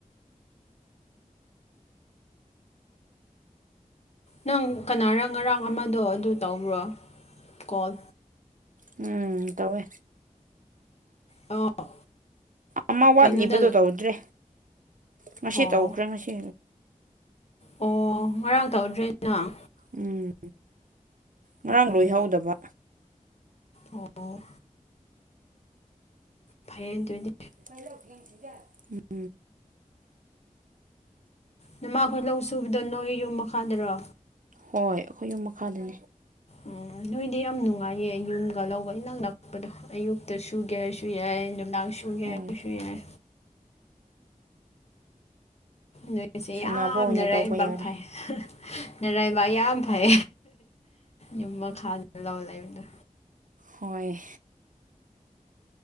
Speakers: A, on the left (about 50°); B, on the right (about 70°).
A: ꯅꯪ ꯀꯅꯥꯔ ꯉꯔꯥꯡ ꯑꯃꯗꯣ ꯑꯗꯨ ꯇꯧꯕ꯭ꯔꯣ ꯀꯣꯜ
B: ꯎꯝ ꯇꯧꯋꯦ
A: ꯑꯣ
B: ꯑꯃ ꯋꯥꯠꯂꯤꯕꯗꯣ
A: ꯀꯩꯅꯣꯗ
B: ꯇꯧꯗ꯭ꯔꯦ ꯉꯁꯤ
A: ꯑꯣ
B: ꯇꯧꯈ꯭ꯔꯦ ꯉꯁꯤ
A: ꯑꯣ ꯉꯔꯥꯡ ꯇꯧꯗ꯭ꯔꯦ ꯅꯪ
B: ꯎꯝ ꯉꯔꯥꯡ
A: ꯎꯝ
B: ꯂꯣꯏꯍꯧꯗꯕ
A: ꯑꯣ ꯐꯩꯌꯦ ꯑꯗꯨꯗꯤ
B: <unintelligible>
A: ꯅꯃꯥꯈꯣꯏ ꯂꯧ ꯁꯨꯕꯗꯣ ꯅꯣꯏ ꯌꯨꯝ ꯃꯈꯥꯗꯔꯣ
B: ꯍꯣꯏ ꯑꯩꯈꯣꯏ ꯌꯨꯝ ꯃꯈꯥꯗꯅꯤ
A: ꯎꯝ ꯅꯣꯏꯗꯤ ꯌꯥꯝ ꯅꯨꯡꯉꯥꯏꯌꯦ ꯌꯨꯝꯒ ꯂꯧꯒ ꯏꯅꯛ ꯅꯛꯄꯗꯣ ꯑꯌꯨꯛꯇ ꯁꯨꯒꯦꯁꯨ ꯌꯥꯏ ꯅꯨꯃꯤꯗꯥꯡ ꯁꯨ ꯁꯨꯒꯦ
B: ꯍꯣꯏ
A: ꯍꯥꯏꯔꯁꯨ ꯌꯥꯏ ꯅꯣꯏꯁꯦ
B: ꯁꯥꯟꯅꯕ
A: ꯌꯥꯝ
B: ꯑꯣꯏꯅ
A: ꯅꯔꯥꯏꯕꯥꯛ
B: ꯇꯧꯕ ꯌꯥꯔꯦ
A: ꯐꯩ ꯅꯔꯥꯏꯕꯥꯛ ꯌꯥꯝ ꯐꯩ ꯌꯨꯝ ꯃꯈꯥꯗ ꯂꯧ ꯂꯩꯕꯗꯣ
B: ꯍꯣꯏ